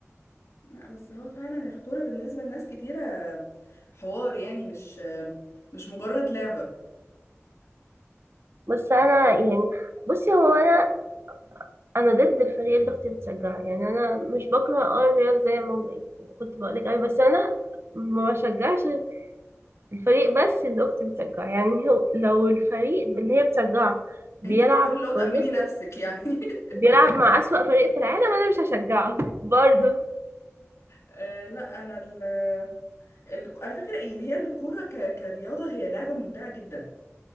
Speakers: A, on the left (about 75°); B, on the right (about 55°).
A: لا بس هو فعلا الكورة بالنسبة لناس كتيرة حوار يعني مش مش مجرد لعبة
B: بس انا يعني بصي هو انا انا ضد الفريق اللي اختي بتشجعه يعني انا مش بكره اه الرياض زي ما كنت بقولك اي بس انا ما بشجعش الفريق بس اللي اختي بتشجعه يعني هو لو الفريق اللي هي بتشجعه بيلعب
A: انت بتحاولي اللي هو تأمني
B: بصي
A: نفسك يعني
B: بيلعب
A: <laughs>
B: مع أسوأ فريق في العالم انا مش هشجعه <laughs> برضه
A: آه، لا انا ال ال- على فكرة ان هي الكورة ك- كرياضة هي لعبة ممتعة جدا